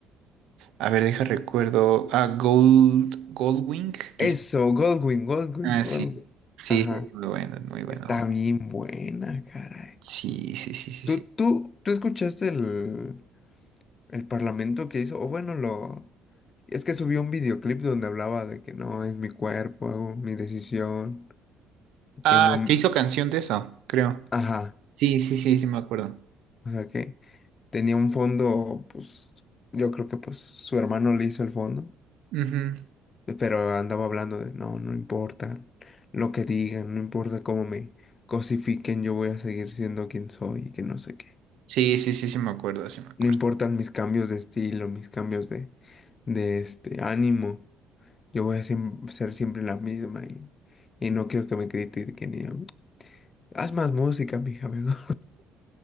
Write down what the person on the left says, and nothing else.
Eso, Goldwyn, Goldwyn,
Goldwyn.
Ajá.
Está bien buena, caray.
¿Tú,
tú, tú escuchaste el, el parlamento que hizo? O bueno, lo... Es que subió un videoclip donde hablaba de que no, es mi cuerpo, hago mi decisión,
que no... m-
Ajá.
O sea que tenía un fondo, pues yo creo que pues su hermano le hizo el fondo.
Pero andaba hablando de, no, no importa lo que digan, no importa cómo me cosifiquen, yo voy a seguir siendo quien soy y que no sé qué.
No importan mis cambios de estilo, mis cambios de, de este ánimo, yo voy a siem- ser siempre la misma y, y no quiero que me critiquen y yo, haz más música, mija, mejor".